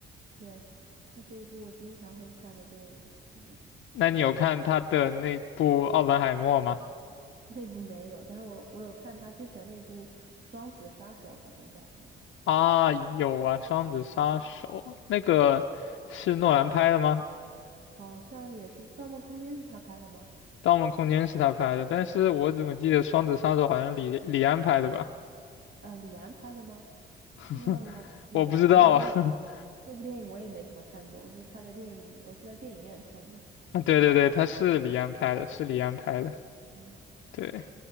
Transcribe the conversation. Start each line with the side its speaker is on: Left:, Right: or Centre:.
Right: 对，它是一部我经常会看的电影，可能。
Left: 那你有看他的那部《奥本海默》吗？
Right: 那部没有，但是我我有看他之前那部《双子杀手》，好像叫什么，
Left: 啊，有啊，《双子杀手》那个是诺兰拍的吗？
Right: 好像也是《盗梦空间》是他拍的吗？
Left: 《盗梦空间》是他拍的，但是我怎么记得《双子杀手》好像李李安拍的吧？
Right: 啊、李安拍的吗？
Left: <laughs>
Right: 那我不记得了，
Left: 我不知道啊。
Right: 反正我也
Left: <laughs>
Right: 那部电影我也没怎么看懂，就是他的电影，我是在电影院看的，
Left: 对对对，他是李安拍的，是李安拍的。
Right: 嗯，
Left: 对，